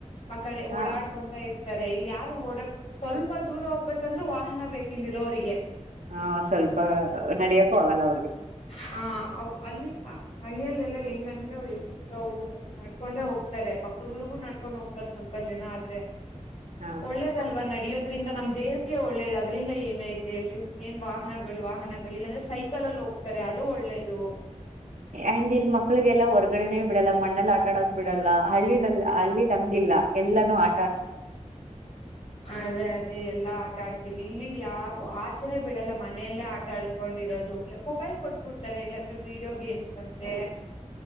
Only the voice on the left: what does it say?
ಆ ಕಡೆ
ಓಡಾಡ್ಕೊಂತ ಇ ತಾರೆ ಇಲ್ಲಿ ಯಾರು ಓಡ ಸ್ವಲ್ಪ ದೂರ ಹೋಗ್ಬೇಕಂದ್ರರು ವಾಹನ ಬೇಕಿಲ್ಲಿ ಇರೋರಿಗೆ
ಹ ಅಲ್ಲಿ ಹಳ್ಳಿಯಲ್ಲೆಲ್ಲಾ ಹೆಂಗಂದ್ರೆ ಅವ್ರು ಎಷ್ಟು ದೂರ ಹೋಗ ನಡ್ಕೊಂಡೆ ಹೋಗ್ತಾರೆ ಪಕ್ಕದವರ್ಗೂ ನಡ್ಕೊಂಡ್ ಹೋಗ್ತಾರೆ ಸ್ವಲ್ಪ ಜನ ಆದ್ರೆ
ಒಳ್ಳೇದಲ್ವಾ ನಡಿಯೋದು ಅದ್ರಿಂದ ನಮ್ ದೇಹಕ್ಕೆ ಒಳ್ಳೇದ ಅದ್ರಿಂದ ಏನ ಐತಿ ಹೇಳ್ರಿ ಏನ್ ವಾಹನಗಳು ವಾಹನಗಳು ಇಲ್ಲಾಂದ್ರೆ ಸೈಕಲ್ಲ್ಲಿ ಹೋಗ್ತಾರೆ ಅದು ಒಳ್ಳೇದು
ಅದೇ ಅದೇ ಎಲ್ಲಾ ಆಟ ಆಡ್ ದಿವಿ ಇಲ್ಲಿ ಯಾರು ಆಚನೆ ಬಿಡಲ್ಲ ಮನೆಲ್ಲೇ ಆಟ ಆಡ್ಕೊಂಡಿರೋದು ಮೊಬೈಲ್ ಕೊಟ್ಬುಡ್ತಾರೆ ಇಲ್ಲಾಂದ್ರೆ. ವೀಡಿಯೋ ಗೇಮ್ಸ್ ಅಂತೆ.